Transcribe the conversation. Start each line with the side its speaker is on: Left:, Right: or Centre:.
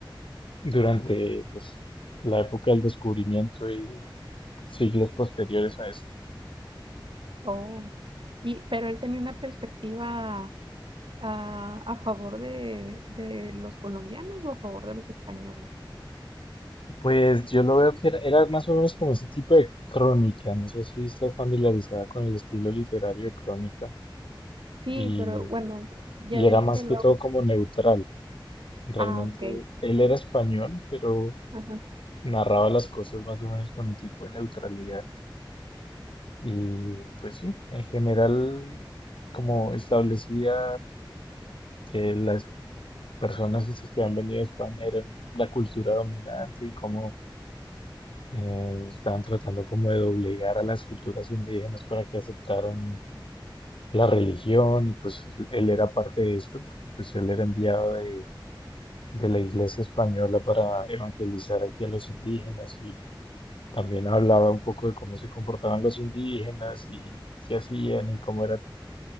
Left: durante pues, la época del descubrimiento y siglos posteriores a esto.
Right: Oh. Y, pero él tenía una perspectiva ah, a favor de, de los colombianos o a favor de los españoles.
Left: Pues yo lo veo que era, era más o menos como ese tipo de crónica, no sé si estás familiarizada con el estilo literario de crónica
Right: Sí,
Left: y
Right: pero bueno, ya
Left: Y era
Right: ves
Left: más
Right: que luego...
Left: que todo como neutral. Realmente
Right: Ah, ok.
Left: él era español, pero
Right: Ajá.
Left: narraba las cosas más o menos con un tipo de neutralidad. Y pues sí, en general, como establecía que las personas estas que han venido a España eran la cultura dominante y cómo eh, estaban tratando como de doblegar a las culturas indígenas para que aceptaran la religión y pues él, él era parte de esto porque pues él era enviado de de la iglesia española para evangelizar aquí a los indígenas y también hablaba un poco de cómo se comportaban los indígenas y qué hacían y cómo era